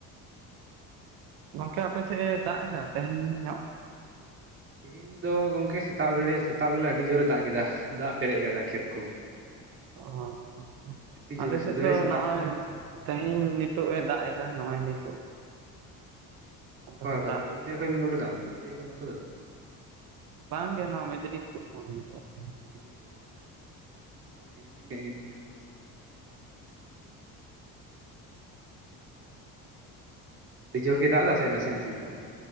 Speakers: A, on the right; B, on the right.
A: ᱚ ᱟᱪᱪᱷᱟ
B: ᱜᱚᱝᱠᱮ ᱟᱯᱮ
A: ᱱᱟᱯᱟᱭ
B: ᱥᱮᱫᱼᱮ
A: ᱛᱟᱦᱮᱱ
B: ᱫᱟᱜ ᱮᱫᱟ ᱛᱮᱦᱮᱧ ᱧᱚᱜ?
A: ᱛᱮᱦᱮᱧ ᱫᱚ ᱜᱚᱢᱠᱮ ᱥᱮᱛᱟᱜ ᱵᱮᱲᱮ ᱥᱮᱛᱟᱜ ᱵᱮᱞᱟ ᱟᱹᱰᱤ ᱡᱳᱨᱮ ᱫᱟᱜ ᱠᱮᱫᱟ ᱫᱟᱜ ᱯᱮᱨᱮᱡ ᱠᱟᱫᱟᱭ ᱠᱷᱮᱛ ᱠᱚ᱾ ᱮᱠᱫᱚᱢ
B: ᱚ ᱟᱪᱪᱷᱟ
A: ᱟᱹᱰᱤ ᱡᱳᱨᱮ
B: ᱟᱞᱮ
A: ᱥᱩᱫᱷᱟᱹ
B: ᱥᱮᱫ ᱫᱚ
A: ᱥᱮᱛᱟᱜ
B: ᱱᱚᱜᱼᱚᱭ ᱛᱮᱦᱮᱧ ᱱᱤᱛᱚᱜᱼ ᱮ ᱫᱟᱜ ᱮ ᱱᱚᱼᱚᱭ ᱱᱤᱛᱚᱜ ᱟᱫᱚ
A: ᱚᱠᱟ ᱠᱷᱚᱡ
B: ᱫᱟᱜ
A: ᱯᱩᱨᱩᱞᱤᱭᱟᱹ ᱠᱷᱚᱡ ᱵᱮᱱ ᱨᱚᱲ ᱮᱫᱟ ᱯᱩᱨᱩᱞᱤᱭᱟᱹ ᱠᱷᱚᱡ ᱵᱮᱱ ᱨᱚᱲ ᱮᱫᱟ ᱥᱮ
B: ᱵᱟᱝ ᱜᱮ ᱱᱚᱣᱟ ᱢᱮᱫᱽᱱᱤ <unintelligible>
A: <inaudible> <unintelligible> ᱟᱹᱰᱤ ᱡᱳᱨ ᱜᱮ ᱫᱟᱜ ᱫᱟ ᱥᱮ ᱱᱟᱥᱮ ᱱᱟᱥᱮ ᱫᱟᱜ ᱫᱟ